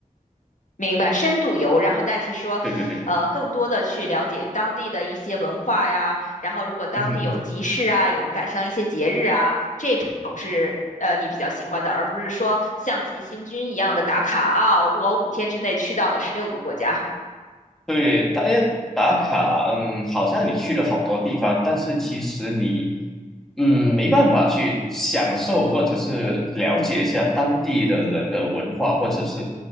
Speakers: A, on the left; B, in the centre.
A: 明白，深度游，然后但是说，
B: 对对对，<laughs>
A: 呃，更多的去了解当地的一些文化呀，然后如果当地有集市啊，
B: 哼哼。
A: 有赶上一些节日啊，这种是呃你比较喜欢的，而不是说像急行军一样的打卡啊，我五天之内去到了十六个国家。
B: 对，打哎打卡，嗯，好像你去了好多地方，但是其实你，嗯，没办法去享受或者是了解一下当地的人的文化，或者是